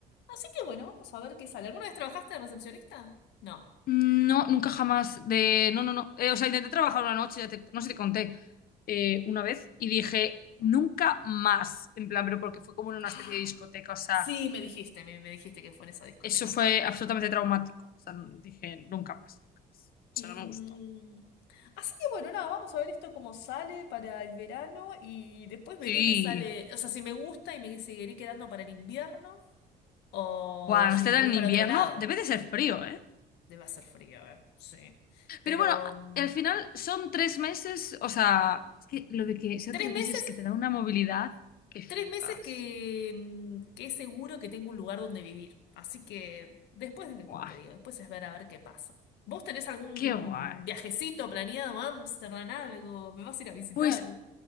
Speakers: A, on the left; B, on the left.
A: Así que bueno, vamos a ver qué sale. ¿Alguna vez trabajaste de recepcionista? No.
B: No, nunca jamás de... No, no, no. Eh, o sea, intenté trabajar una noche, ya te- no sé si te conté, eh, una vez y dije, nunca más. En plan, pero porque fue como en una
A: Ah,
B: especie de discoteca. O sea,
A: sí, me dijiste, me, me dijiste que fue en esa discoteca.
B: eso fue absolutamente traumático. O sea, dije, nunca más, nunca más.
A: Em,
B: O sea, no me gustó.
A: así que bueno, nada, vamos a ver esto cómo sale para el verano y después veré
B: Sí.
A: qué sale, o sea, si me gusta y me seguiré quedando para el invierno o
B: Buah,
A: si
B: Amsterdam
A: me voy
B: en
A: para
B: invierno
A: otro lado.
B: debe de ser frío, ¿eh?
A: Debe hacer frío, ¿eh? Sí. Pero
B: Pero bueno,
A: mm,
B: al final son tres meses. O sea, es que lo de que sean
A: tres
B: tres
A: meses,
B: meses que te da una movilidad que flipas.
A: tres meses que, mm, que es seguro que tengo un lugar donde vivir. Así que después, eh,
B: Buah,
A: como te digo, después es ver a ver qué pasa. ¿Vos tenés algún
B: qué guay.
A: viajecito planeado a Ámsterdam, algo? ¿Me vas a ir a visitar?
B: Pues